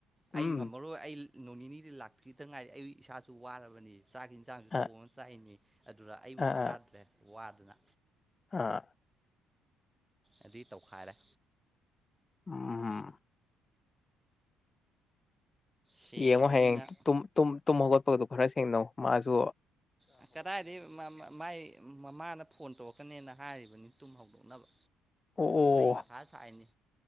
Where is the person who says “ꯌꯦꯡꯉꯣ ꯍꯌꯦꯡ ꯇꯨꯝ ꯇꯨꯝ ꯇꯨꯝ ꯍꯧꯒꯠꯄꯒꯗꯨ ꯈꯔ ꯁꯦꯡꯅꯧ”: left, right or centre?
Left